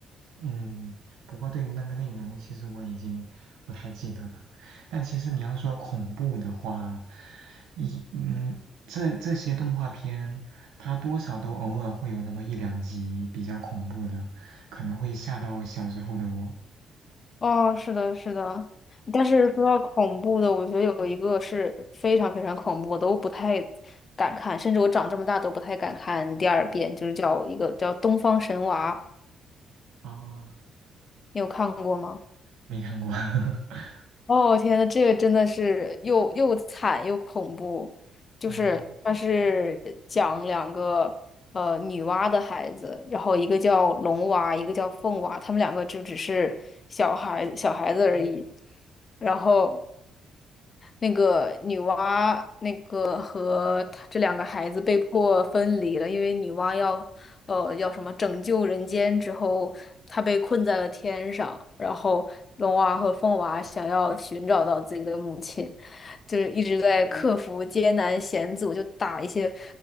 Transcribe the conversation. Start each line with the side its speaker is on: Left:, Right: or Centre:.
Right: 嗯，不过对于那个内容，其实我已经不太记得了。但其实你要说恐怖的话，一嗯，这这些动画片，它多少都偶尔会有那么一两集比较恐怖的，可能会吓到小时候的我。
Left: 哦，是的，是的，但是说到恐怖的，我觉得有一个是非常非常恐怖，我都不太敢看，甚至我长这么大都不太敢看第二遍，就是叫一个叫《东方神娃》，
Right: 哦，
Left: 你有看过吗？
Right: 没看过。<laughs>
Left: 哦，天呐，这个真的是又又惨又恐怖，就是它是讲两个呃女娲的孩子，
Right: 哦，
Left: 然后一个叫龙娃，一个叫凤娃，他们两个就只是小孩小孩子而已。然后那个女娲那个和她这两个孩子被迫分离了，因为女娲要呃，叫什么拯救人间之后，他被困在了天上，然后龙娃和凤娃想要寻找到自己的母亲，就是一直在克服艰难险阻，就打一些